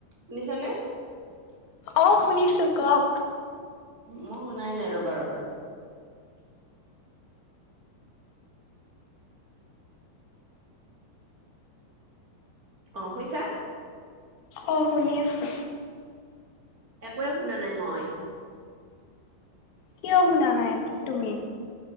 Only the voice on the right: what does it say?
শুনিছানে?
মই শুনাই নাই, ৰ'বা ৰ'বা ৰ অ শুনিছা?
একোৱে শুনা নাই মই।